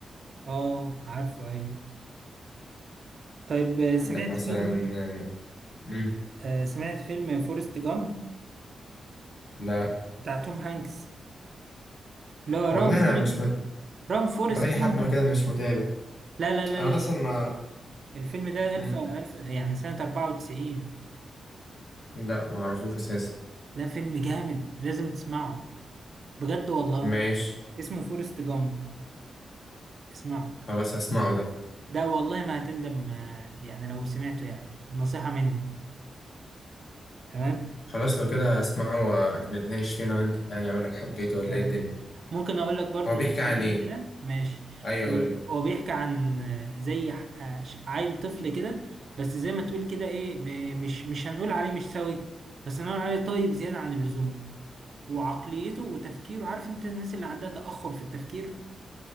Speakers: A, on the right; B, on the left.
A: اه عارفه ايوه طيب آه، سمعت
B: عندك مثلا
A: فيلم
B: آه، مم.
A: آه، سمعت فيلم فورست جامب
B: لا
A: بتاع توم هانكس لا
B: والله
A: ران
B: أنا
A: فورست
B: مش م...
A: ران فورست
B: بقالي حبة
A: ران
B: كده مش متابع
A: لا لا لا
B: أنا
A: لا لا.
B: أصلا ما
A: الفيلم ده
B: مم.
A: ألف ألف يعني سنة 94
B: لا معرفوش اساسا
A: لا فيلم جامد لازم تسمعه بجد والله
B: ماشي
A: اسمه فورست جامب اسمعه
B: خلاص هسمعه ده
A: ده والله ما هتندم آه، يعني لو سمعته يعني نصيحة مني تمام
B: خلاص لو كده هسمعه ونتناقش فيه انا وانت يعني اقول لك حبيته ولا
A: تمام.
B: ايه الدنيا
A: ممكن اقول لك برضو
B: هو بيحكي
A: نبذه
B: عن
A: عنه
B: ايه
A: كده ماشي
B: ايوه قول لي
A: هو بيحكي عن زي ح- آه، ش- عيل طفل كده بس زي ما تقول كده ايه م- مش مش هنقول عليه مش سوي بس هنقول عليه طيب زياده عن اللزوم وعقليته وتفكيره عارف انت الناس اللي عندها تاخر في التفكير